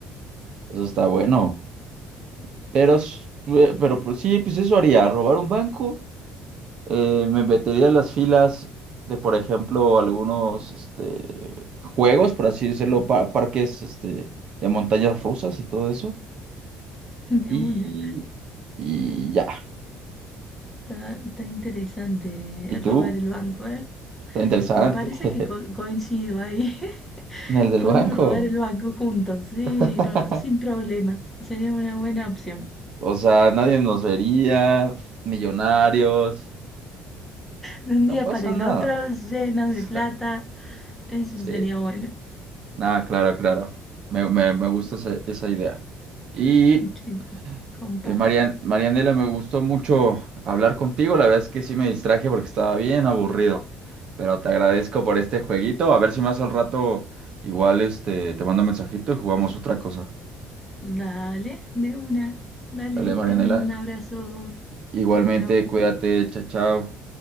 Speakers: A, on the right; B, in the centre.
A: Eso está bueno. Pero, s- eh, pero pues, sí, pues eso haría, robar un banco. eh, me metería en las filas de, por ejemplo, algunos este, juegos, por así decirlo, pa- parques este, de montañas rusas y todo eso.
B: <laughs> de
A: Y,
B: una.
A: y ya.
B: Está, está interesante
A: ¿Y
B: eh,
A: tú?
B: robar el banco, ¿eh?
A: Está interesante.
B: Me parece
A: <laughs>
B: que co- coincido ahí. <laughs>
A: En el del
B: Podemos
A: banco.
B: robar el banco juntos, sí,
A: <laughs>
B: no, sin problema. Sería una buena opción.
A: O sea, nadie nos vería, millonarios,
B: De un
A: no
B: día
A: pasa
B: para el
A: nada.
B: otro, llenos
A: <laughs>
B: de plata. Eso
A: Sí,
B: sería bueno.
A: nada, claro, claro. Me, me, me gusta esa, esa idea. Y
B: Sí, comparto.
A: eh, Marian, Marianela, me gustó mucho hablar contigo. La verdad es que sí me distraje porque estaba bien aburrido. Pero te agradezco por este jueguito. A ver si más al rato igual este, te mando un mensajito y jugamos otra cosa.
B: Dale, de una. Dale,
A: Dale, Marianela.
B: te mando un abrazo.
A: Igualmente,
B: Chau, chau.
A: cuídate, chao, chao.